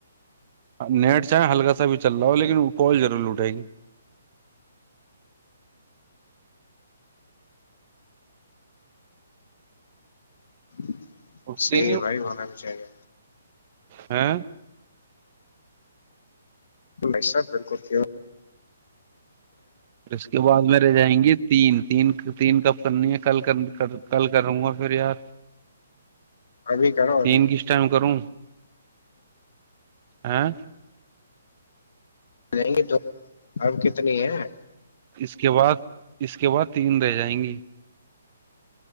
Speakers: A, on the right; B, on the left.
A: نیٹ چاہے ہلک سا بھی چل رہا ہو لیکن کال ضور لٹے گی
B: <inaudible>
A: اٹھتی
B: صحی ہے بھائی ہونا بھی چاہیے
A: ہاں <inaudible>
B: ال نہیں سر بالکل تو
A: پھر اس کے بعد میں رہ جائیں گے تین تین تین کپ کرنی ہے کل کل کروں گا پھر یار
B: ابھی کرو ابھی
A: تین کس ٹائم کروں ہ <inaudible>
B: جائیں گے تو اب کتنی ہیں
A: اس کے بعد اس کے بعد تین رہ جائیں گی